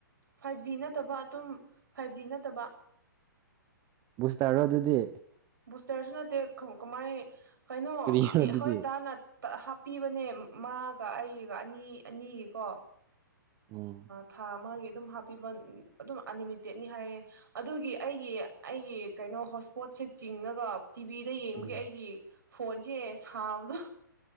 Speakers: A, on the right; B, on the right.
A: ꯐꯥꯏꯚ ꯖꯤ ꯅꯠꯇꯕ ꯑꯗꯨꯝ ꯐꯥꯏꯚ ꯖꯤ ꯅꯠꯇꯕ
B: ꯕꯨꯁꯇꯔꯣ ꯑꯗꯨꯗꯤ
A: ꯕꯨꯁꯇ꯭ꯔꯁꯨ ꯅꯠꯇꯦ ꯀꯃꯥꯏ ꯀꯩꯅꯣ
B: ꯀꯔꯤꯔꯣ
A: ꯑꯩꯈꯣꯏ
B: ꯑꯗꯨꯗꯤ
A: ꯗꯥꯅ ꯍꯥꯞꯄꯤꯕꯅꯦ ꯃꯥꯒ ꯑꯩꯒꯤꯒ ꯑꯅꯤ ꯑꯅꯤꯒꯤꯀꯣ
B: ꯎꯝ
A: ꯊꯥ ꯑꯃꯒꯤ ꯑꯗꯨꯝ ꯍꯥꯞꯄꯤꯕ ꯑꯗꯨꯝ ꯑꯟꯂꯤꯃꯤꯇꯦꯠꯅꯤ ꯍꯥꯏꯌꯦ ꯑꯗꯨꯒꯤ ꯑꯩꯒꯤ ꯑꯩꯒꯤ ꯀꯩꯅꯣ ꯍꯣꯠꯁꯄꯣꯠꯁꯦ ꯆꯤꯡꯉꯒ ꯇꯤꯚꯤꯗ ꯌꯦꯡꯕꯒꯤ
B: ꯎꯝ
A: ꯑꯩꯒꯤ ꯐꯣꯟꯁꯦ ꯁꯥꯕꯗ